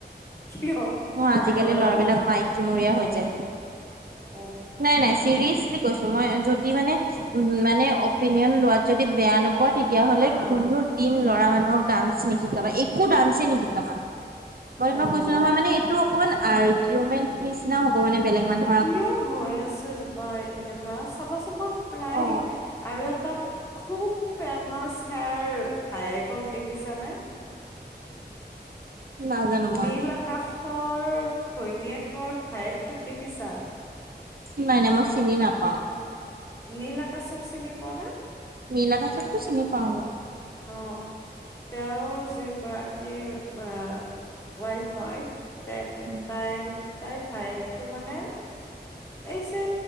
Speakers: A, on the left (about 15°); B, on the right (about 55°).
A: কিয়?
B: মোৰ আজিকালি
A: নাই ল'ৰাও
B: লৰাবিলাক মাইকীমূৰীয়া হৈ যায়।
A: অ
B: নাই নাই
A: অ
B: চিৰিজ-
A: ন
B: কৈছোঁ মই যদি মানে উ মানে অপিনিয়ন লোৱাত যদি বেয়া ন- মই তেতিয়াহলে
A: হা হা
B: কোনো- দিন লৰা মানুহক ডান্স নিশিকাবা একো ডান্সে নিশিকাবা। মই তোমাক
A: অ
B: কৈছো
A: ন
B: নহয় মানে- টো অকমান আৰ্গিউমেণ্ট নিচিনা হ'ব মানে বেলেগ মানুহ-
A: কিয় হৈয় আছে জোপা এনেকুৱা চাবাচোন মই প্ৰায়
B: অ'।
A: দেখিছো আৰু- তাত খুব ফেমাচ হেয়াৰ ভায়েকক দেখিছানে?
B: নাজানো মই
A: নীল আকাশৰ ঘৈণীয়েকৰ ভায়েক তোক দেখিছা?
B: নাই নাই মই চিনি নাপাওঁ।
A: নীল আকাশক চিনি পোৱা না?
B: নীল আকাশকটো চিনি পাওঁ।
A: অ তেওঁৰ যি গৰাকী আ ৱাইফ হয়, তে তাই
B: উম
A: তাইৰ ভায়েকটো মানে- এই যে,